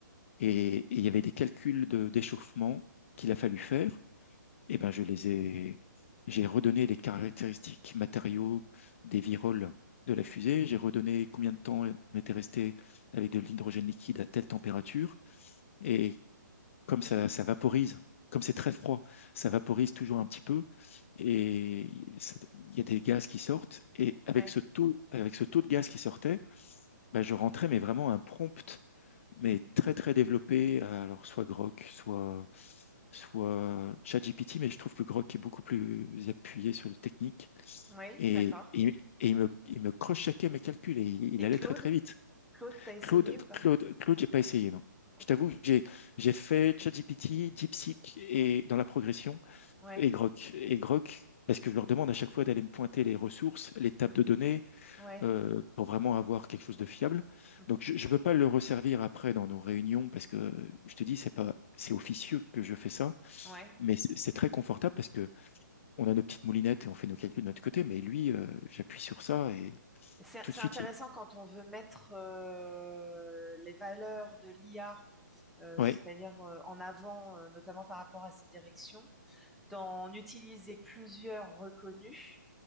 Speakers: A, on the left (about 40°); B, in the centre.
A: Et, et il y avait des calculs de, d'échauffement qu'il a fallu faire. Et ben, je les ai, j'ai redonné les caractéristiques matériaux des viroles de la fusée. J'ai redonné combien de temps on était resté avec de l'hydrogène liquide à telle température et comme ça, ça vaporise, comme c'est très froid, ça vaporise toujours un petit peu et ça- il y a des gaz qui sortent. Et avec
B: oui,
A: ce taux, avec ce taux de gaz qui sortait, bah, je rentrais mais vraiment un prompt, mais très très développé. à, Alors soit Grok, soit soit ChatGPT, mais je trouve que Grok est beaucoup plus appuyé sur le technique
B: oui,
A: et,
B: d'accord.
A: et- et il me, il me cross-checkait mes calculs et il, il
B: Et
A: allait
B: Claude?
A: très très vite.
B: Claude, t'as essayé
A: Claude,
B: ou pas?
A: Claude, Claude, j'ai pas essayé,
B: Non?
A: non.
B: Ok.
A: Je t'avoue, que j'ai j'ai fait ChatGPT, DeepSeek et dans la progression
B: Ouais,
A: et Grok. Et Grok, parce que je leur demande à chaque fois d'aller me pointer les ressources, les tables de données
B: ouais,
A: euh, pour vraiment avoir quelque chose de fiable.
B: mhm,
A: Donc je ne peux pas le resservir après dans nos réunions parce que je te dis c'est pas c'est officieux que je fais ça,
B: ouais.
A: mais c'est c'est très confortable parce que on a nos petites moulinettes et on fait nos calculs de notre côté. Mais lui, euh, j'appuie sur ça et
B: C'est
A: tout
B: c'est
A: de suite,
B: intéressant
A: il...
B: quand on veut mettre euh, les valeurs de l'IA, euh,
A: ouais,
B: c'est-à-dire euh, en avant, euh, notamment par rapport à ses directions, d'en utiliser plusieurs reconnus